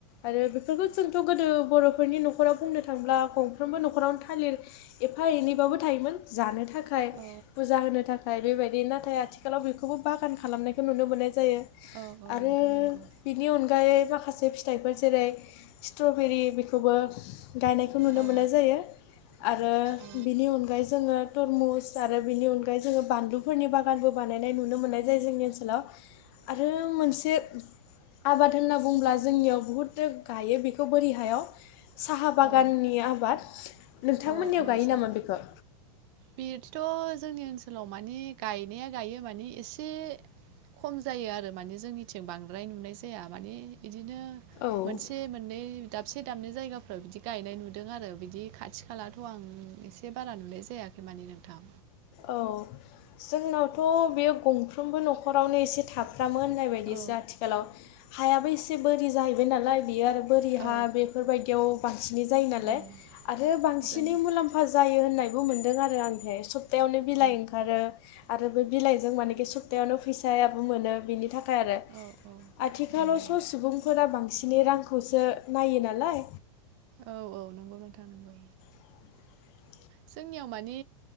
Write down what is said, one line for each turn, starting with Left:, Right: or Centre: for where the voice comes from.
Left: आरो बेफोरखौ जोंथ' गोदो बर'फोरनि न'खराव बुंनो थांब्ला गंफ्रोमबो न'खरावनो थां थालिर एफा एनैबाबो थायोमोन जानो थाखाय
Right: औ
Left: फुजा होनो थाखाय नाथाय बेबायदि नाथाय आथिखालाव बेखौबो बागान खालामनायखौ नुनो मोननाय जायो
Right: औ औ
Left: आरो
Right: नोंथां नंगौ
Left: बि बेनि अनगायै माखासे फिथाइफोर जेरै स्ट्रबेरि बेखौबो गायनाय खौ नुनो
Right: औ
Left: मोननाय जायो आरो
Right: औ
Left: बेनि अनगायै जोङो तरमुस आरो बेनि अनगायै जोङो बानलुफोरनि बागानबो बानायनाय नुनो मोननाय जायो जोंनि ओनसोलाव आरो मोनसे आबाद होनना बुंुङोब्ला जोंनियाव बुहुथ गायो बेखौ बोरि हायाव साहा बागाननि
Right: औ
Left: आबाद नोंथांमोननियाव
Right: औ औ
Left: गायो
Right: सा
Left: नामा बेखौ
Right: बिदिथ' जोंनि ओनसोलाव मानिे गायनाया गायो माने एसे खम जायो आरो माने जोंनिथिं बांद्राय नुनाय जाया माने बिदिनो
Left: औ
Right: मोनसे मोननै दाबसे दाबनै जायगाफ्राव बिदि गायनाय नुदों आरो बिदि खाथि खालाथ' आं एसे बारा नुलाय जायाखै मानिे नोंथां
Left: औ जोंनावथ' बेयो गंफ्रोमबो न'खरावनो एसे थाब फ्रामोननाय बायदिसो
Right: औ
Left: आथिखालाव हायाबो एसे बोरि जाहैबाय नालाय बियो आरो बोरि हा
Right: औ
Left: बेफोरबायदियाव बांसिनै जायो नालाय
Right: उम,
Left: आरो बांसिनै
Right: जों
Left: मुलाम्फा जायो होननायबो मोनदों आरो आंहाय सब सप्तायावनो बिलाइ
Right: औ
Left: ओंखारो आरो बे बिलाइजों मानेखि सप्तायावनो फैसायाबो मोनो बिनि थाखाय आरो
Right: औ औ
Left: आथिखालाव
Right: उम
Left: स' सुबुं फोर बांसिनै रांखौसो नायो नालाय
Right: औ औ नंगौ नोंथां नोंगौ
Left: <inaudible>
Right: जोंनियाव माने